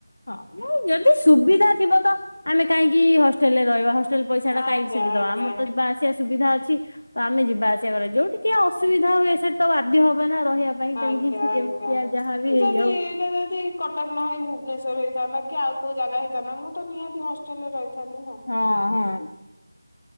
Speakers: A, on the left; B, on the left.
A: ହଁ ଯଦି ସୁବିଧା ଥିବ ତ ଆମେ କାହିଁକି ହଷ୍ଟେଲରେ ରହିବା ହସ ହଷ୍ଟେଲ ପଇସା ଟା
B: ଆଜ୍ଞା
A: କାଇଁକି ସେଠିଦବା
B: ଆଜ୍ଞା।
A: ଆମର ଯିବା ଆସିବା ସୁବିଧା ଅଛି। ତ ଆମେ ଯିବା ଆସିବା କରିବା ଯୋଉଠି ଟିଏ ଅସୁବିଧା ହୁଏ ସେଠି ତ ବାଧ୍ୟ ହବ ନା ରହିବା ପାଇଁ
B: ଆଜ୍ଞା
A: ତେଣିକି ସେ
B: ଆଜ୍ଞା
A: ଯେମିତିଆ ଯାହାବି ହେଇଯାଉ
B: ଯଦି ଏଇଟା ଯଦି କଟକ ନ ହେଇ ଭୁବନେଶ୍ବର ହେଇଥାନ୍ତା କି ଆଉ କୋଉ ଜାଗା ହେଇଥାନ୍ତା ମୁଁ ତ ନିହାତି ହଷ୍ଟେଲ ରେ ରହିଥାନ୍ତି ନା।
A: ହଁ ହଁ।